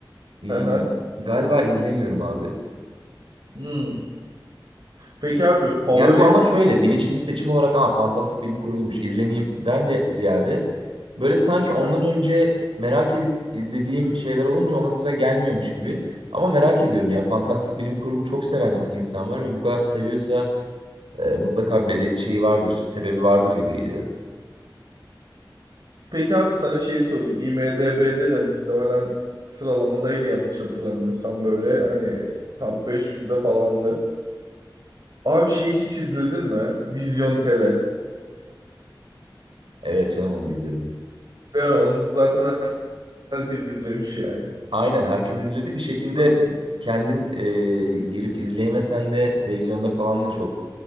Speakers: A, on the right; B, on the right.
A: Hmm,
B: Aha.
A: galiba izlemiyorum abi.
B: Hmm. Peki abi favori?
A: Yani bu ama şöyle bilinçli bir seçim olarak ama fantastik bilim kurgumuş izlemeyimden de ziyade böyle sanki ondan
B: Aha.
A: önce merak edip izlediğim şeyler olunca ona sıra gelmiyormuş gibi. Ama merak ediyorum ya fantastik bilim kurgu çok seven insan var ve bu kadar seviyorsa e, mutlaka bede şeyi vardır, sebebi vardır gibi geliyor.
B: Peki abi sana şey sorayım. IMDb'de de muhtemelen sıralamadaydı yanlış hatırlamıyorsam böyle hani top 500'de falandı. Abi şeyi hiç izledin mi? Vizyon Tele.
A: Evet canım onu izledim.
B: Evet, onu zaten herkes izlemiş yani.
A: Aynen herkes izledi. Bir şekilde
B: Nasıl?
A: kendin e, girip izleyemesen de televizyonda falan da çok